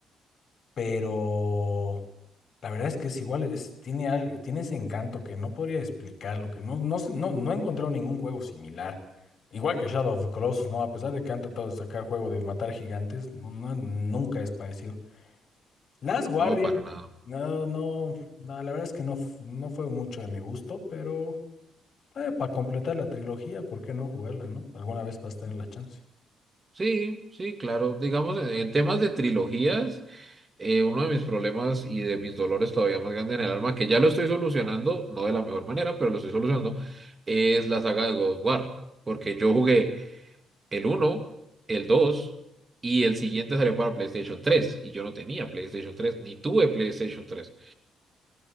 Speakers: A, on the left; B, on the right.
A: pero la verdad es que es igual, es, tiene, al- tiene ese encanto que no podría explicarlo, que no, no, sé- no, no he encontrado ningún juego similar. Igual que Shadow of the Colossus, ¿no? A pesar de que han tratado de sacar juego de matar gigantes, no, no- nunca es parecido. Last Guardian,
B: No, para nada.
A: no, no, no, la verdad es que no, f- no fue mucho de mi gusto, pero para completar la trilogía, ¿por qué no jugarla, no? Alguna vez vas a tener la chance.
B: Sí, sí, claro. Digamos, en, en temas de trilogías, eh, uno de mis problemas y de mis dolores todavía más grandes en el alma, que ya lo estoy solucionando, no de la mejor manera, pero lo estoy solucionando, es la saga de God of War. Porque yo jugué el uno, el 2 y el siguiente salió para PlayStation tres y yo no tenía PlayStation tres ni tuve PlayStation tres